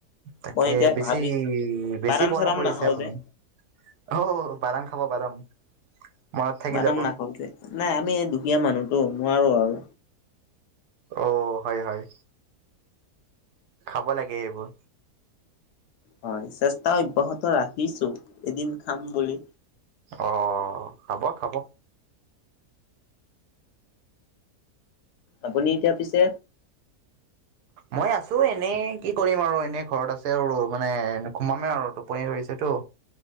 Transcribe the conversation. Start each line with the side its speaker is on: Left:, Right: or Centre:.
Right: তাকে
Left: মই এতিয়া
Right: বেছি
Left: ভাবিছ
Right: বেছি
Left: বাদাম
Right: পঢ়া
Left: চাদাম
Right: কৰিছে
Left: নাখাওঁ
Right: আপুনি।
Left: যে
Right: অ হৌ বাদাম খাব বাদাম। মনত থাকি
Left: বাদাম
Right: যাব
Left: নাখাওঁ দিয়া নাই আমি এই দুখীয়া মানুহটো নোৱাৰো আৰু।
Right: অ হয় হয় খাব লাগে এইবোৰ।
Left: হয় চেষ্টা অব্যাহত ৰাখিছো এদিন খাম বুলি।
Right: অ খাব খাব।
Left: আপুনি এতিয়া পিছে।
Right: মই আছো এনেই কি কৰিম আৰু এনেই ঘৰত আছো আৰু মানে সোমামে আৰু টোপনি ধৰিছে তো।